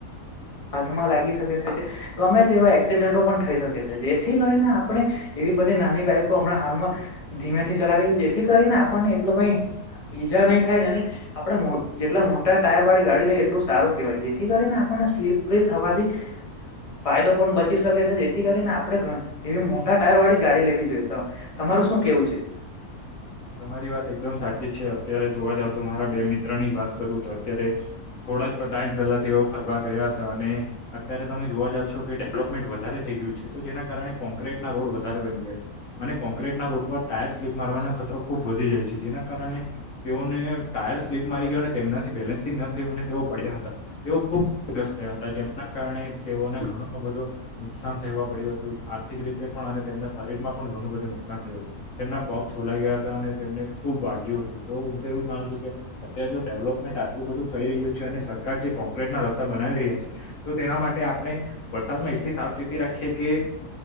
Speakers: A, on the left (about 25°); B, on the left (about 65°).
A: હાથમાં લાગી શકે છે, ગમે તેવા એક્સિડેન્ટો પણ થઈ શકે છે, જેથી કરીને આપણે એવી બધી નાની બાઈકો હમણાં હાલમાં ધીમેથી ચલાવી જેથી કરીને આપ એટલુ કઈ ઈજા નહીિ થાય અને આપણે મો જેટલા મોટા ટાયર વાળી ગાડી લઈએ એટલું સારું કેહેવાય જેથી કરીને આપણને સ્લીપ્રી થવાથી ફાયદો પણ બચી શકે છે, જેથી કરી ને આપડે એવી મોટા ટાયર વાળી ગાડી લેવી જોઈએ તો તમારું શું કેવું છે?
B: તમારી વાત એકદમ સાચી છે, ત્યારે જોવા જાવ તો મારા બે મિત્ર ની જ વાત કરું તો અત્યારે થોડા જ ટાઈમ પહેલા તેઓ ફરવા ગયા હતા અને અત્યારે તમે જોવા જાવ છો કે ડેવલોપમેન્ટ વધારે થઈ ગયુ છે તો જેના કારણે કોક્રીટ ના રોડ વધારે બની ગયા છે, અને કોન્ક્રીટના રોડ પર ટાયર સ્લીપ મારવાનો ખતરો ખૂબ વધી જાય છે, જેના કારણે તેઓને ટાયર સ્લીપ મારી ગયો અને તેમના બેલેન્સિંગ ન થયું અને તેઓ પડ્યા હતા તેઓ ખૂબ <unintelligible> થયા હતા જેમના કારણે તેઓને ઘણું બધો નુકસાન સહેવા પડ્યું હતું આર્થિક રીતે પણ પણ અને તેમના શરીર માં પણ ઘણું બધું નુકસાન થયું હતું તેમના પગ છોલાઈ ગયા અને તેમને ખુબ વાગ્યું હતું તો હું તો એવું જ માનું છું કે અત્યારે જો ડેવલપમેન્ટ આટલું બધું થઈ રહ્યું છે. સરકાર જે કોક્રટ ના રસ્તા બનાવી રહ્યા છે, તો તેના માટે આપણે વરસાદમાં એટલી સાવચેતી રાખીએ કે